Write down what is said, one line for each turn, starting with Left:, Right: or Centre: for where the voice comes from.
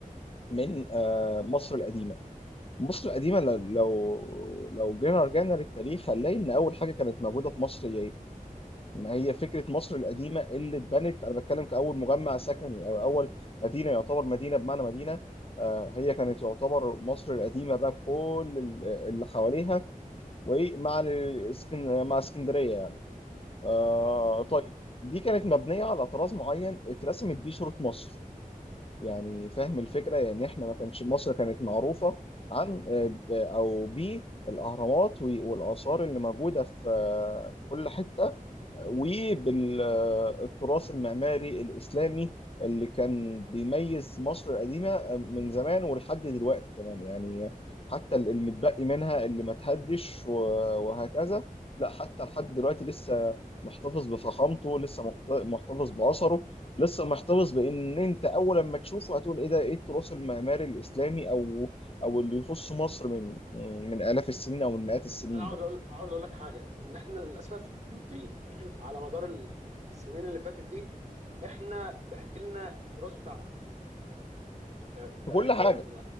Left: من آه، مصر القديمة مصر القديمة ل- لو لو جينا رجعنا للتاريخ هنلاقي إن أول حاجة كانت موجودة في مصر ما هي فكرة مصر القديمة اللي اتبنت أنا بتكلم كأول مجمع سكني أو أول مدينة يعتبر مدينة بمعنى مدينة آه، هي كانت يعتبر مصر القديمة بقى بكل ال- اللي حواليها ومع الاسكن... مع اسكندرية يعني آه،
Right: اه
Left: طيب دي كانت مبنية على طراز معين اترسمت بيه صورة مصر يعني فاهم الفكرة يعني إحنا ما كانش مصر كانت معروفة عن آه، ب- أو بالأهرامات و- والآثار اللي موجودة في آه، في كل حتة وبالتراث المعماري الإسلامي اللي كان بيميز مصر القديمة من زمان ولحد دلوقتي كمان يعني حتى المتبقي منها اللي ما تهدش و- وهكذا لا حتى لحد دلوقتي لسه محتفظ بفخامته لسه محت- محتفظ بأثره لسه محتفظ بإن أنت أول لما تشوفه هتقول إيه ده إيه التراث المعماري الإسلامي أو أو اللي يخص مصر من من آلاف السنين أو من مئات السنين
Right: بس انا عاوز
Left: ده
Right: اقول عاوز اقول لك حاجه ان احنا للاسف <clears throat> على مدار ال- السنين اللي فاتت دي احنا بهدلنا التراث بتاعنا انت انت
Left: في
Right: اخد
Left: كل حاجة
Right: بالك من